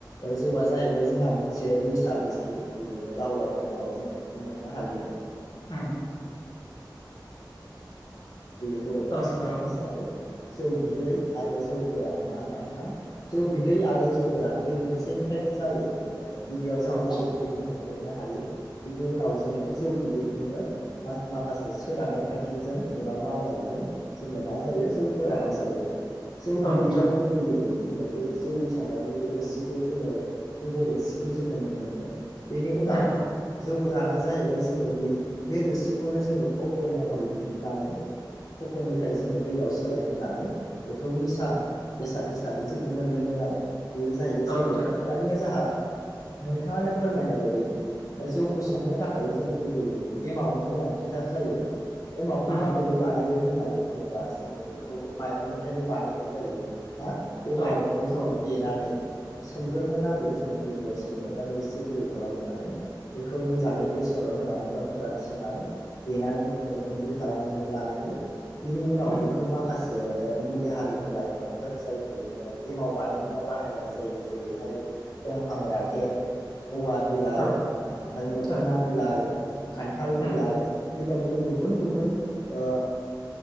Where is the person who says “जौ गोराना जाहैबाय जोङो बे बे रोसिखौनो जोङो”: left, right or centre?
Left